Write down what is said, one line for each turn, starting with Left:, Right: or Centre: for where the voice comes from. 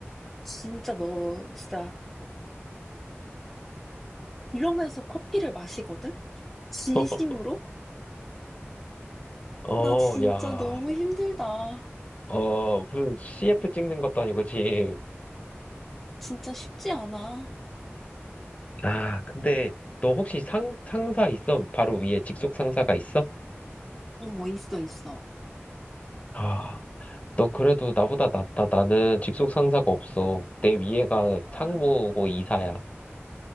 Centre: 진짜 너 진짜 이러면서 커피를 마시거든? 진심으로?
Left: <laughs> 어,
Centre: 나 진짜
Left: 야,
Centre: 너무 힘들다.
Left: 어, 무슨 CF 찍는 것도 아니고, 지금.
Centre: 진짜 쉽지 않아.
Left: 아, 근데 너 혹시 상, 상사 있어? 바로 위에 직속 상사가 있어?
Centre: 어, 있어, 있어.
Left: 아, 너 그래도 나보다 낫다. 나는 직속 상사가 없어. 내 위에가
Centre: 와,
Left: 상무고 이사야.